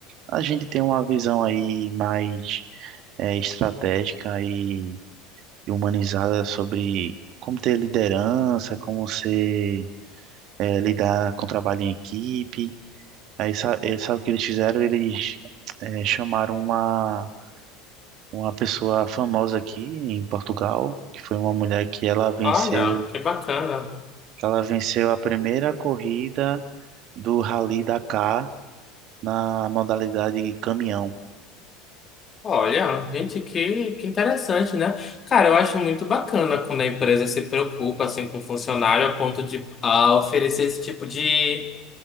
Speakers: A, on the right; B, on the left.
A: a gente ter uma visão aí mais é, estratégica e e humanizada sobre como ter liderança, como ser é, lidar com trabalho em equipe. Aí sa- eh, sabe, o que eles fizeram? Eles eh, chamaram uma, uma pessoa famosa aqui em Portugal, que foi uma mulher que ela venceu,
B: Olha, que bacana.
A: ela venceu a primeira corrida do Rally Dakar na modalidade caminhão.
B: Olha, gente, que, que interessante, né? Cara, eu acho muito bacana quando a empresa se preocupa assim com o funcionário a ponto de ah, oferecer esse tipo de